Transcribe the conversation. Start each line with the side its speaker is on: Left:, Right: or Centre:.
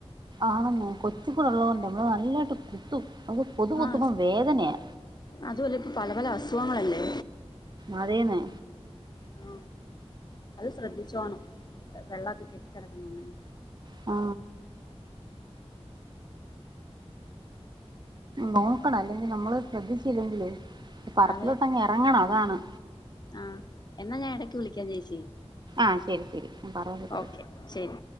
Right: ആണന്നെ കൊച്ചിക്കൂടള്ളോണ്ടെ നമ്മളെ നല്ലായിട്ട് കുത്തും അത് കൊതു കുത്തുമ്പം
Left: ആ
Right: വേദനയാ
Left: അതു അല്ല ഇപ്പൊ പല പല അസുഖങ്ങളല്ലേ
Right: അതെ ന്നെ
Left: ആ അത് ശ്രദ്ധിചോണം വെള്ളക്ക കെട്ടികെടക്കുന്നുണ്ടെങ്കിൽ
Right: ആ നോക്കണം അല്ലെങ്കി നമ്മള് ശ്രദ്ധിച്ചില്ലെങ്കില് പറത്തിലോട്ടങ്ങ്
Left: അതെ
Right: എറങ്ങണം അതാണ്
Left: ആഹ് എന്നാ ഞാൻ എടക്ക് വിളിക്കാൻ ചേച്ചി
Right: ആഹ് ശരി ശരി ഞാൻ പറയാൻ പറ്റ
Left: ഓക്കെ ശരി